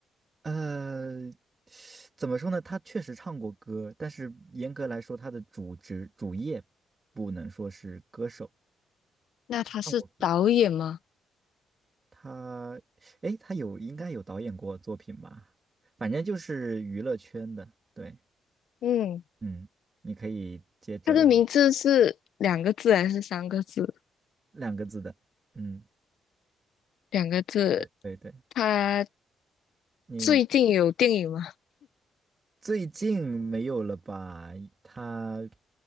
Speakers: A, on the right; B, on the left.
A: 呃，怎么说呢？他确实唱过歌，但是严格来说，他的主职主业不能说是歌手。
B: 那他是导演吗？
A: 唱过歌，他，哎，他有应该有导演过作品吧？反正就是娱乐圈的。对，
B: 嗯。
A: 嗯，你可以接着往
B: 他的名字是两个字还是三个字？
A: 两个字的，嗯，
B: 两个字。
A: 对对对，
B: 他
A: 你
B: 最近有电影吗？
A: 最近没有了吧？他，